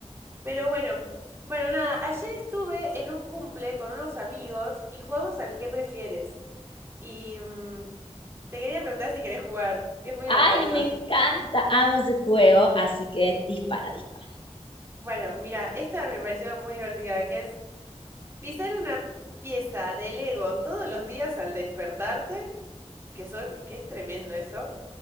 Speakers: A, on the right (about 20°); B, on the left (about 45°).
A: Pero bueno, bueno, nada, ayer estuve en un cumple con unos amigos y jugamos al qué prefieres. Y mm, te quería preguntar si querés jugar, que es muy divertido.
B: Ay, me
A: <laughs>
B: encanta. Amo ese juego, así que dispara, dispara.
A: Bueno, mira, esta me pareció muy divertida, que es Pisar una pieza de Lego todos los días al despertarte, que son, que es tremendo eso,